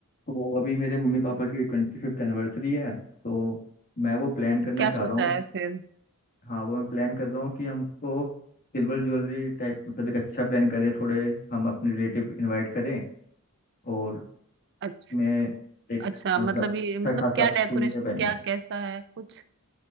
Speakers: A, on the left; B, on the right.
A: तो अभी मेरे मम्मी पापा की ट्वेंटी फिफ्थ एनिवर्सरी है तो मैं वो प्लान करना
B: क्या सोचा
A: चाह रहा हूँ
B: है फिर
A: हाँ वो मैं प्लान कर रहा हूँ कि हम उसको सिल्वर ज्वेलरी टाइप मतलब एक अच्छा प्लान करें थोड़े हम अपने रिलेटिव इनवाइट करें और
B: अच्छा
A: मैं एक
B: अच्छा
A: मतलब
B: मतलब
A: अच्छा
B: ये मतलब
A: खासा
B: क्या
A: थीम
B: डेकोरेशन
A: में पहने
B: क्या कैसा है कुछ